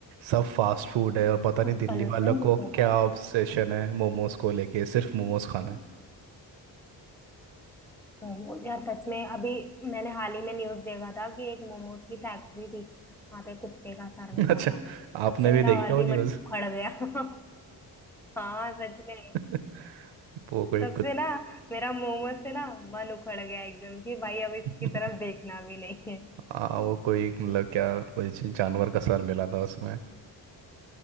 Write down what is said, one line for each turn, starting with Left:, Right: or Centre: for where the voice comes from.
Right: सब फास्ट फूड है और पता नहीं
Centre: और
Right: दिल्ली
Centre: पोल्यूशन
Right: वालों
Centre: भी
Right: को
Centre: तो
Right: क्या
Centre: बहुत
Right: ऑब्सेशन है मोमोज को लेके सिर्फ मोमोज खाना
Centre: मोमोज यार सच में अभी मैंने हाल ही में न्यूज देखा था कि एक मोमोज की फैक्ट्री थी वहां पे कुत्ते का सर
Right: है
Centre: मिला
Right: <laughs> अच्छा
Centre: था तब
Right: आपने
Centre: से
Right: भी
Centre: मेरा
Right: देखी क्या
Centre: और
Right: वो
Centre: भी
Right: न्यूज़
Centre: मन उखड़ गया <laughs> हाँ सच में
Right: <laughs> वो कोई
Centre: तब
Right: कुछ
Centre: से ना मेरा मोमोज से ना मन उखड़ गया एकदम कि भाई अब इसकी
Right: <laughs>
Centre: तरफ देखना भी नहीं है
Right: हाँ वो कोई मतलब क्या कोई जानवर का सर मिला था उसमें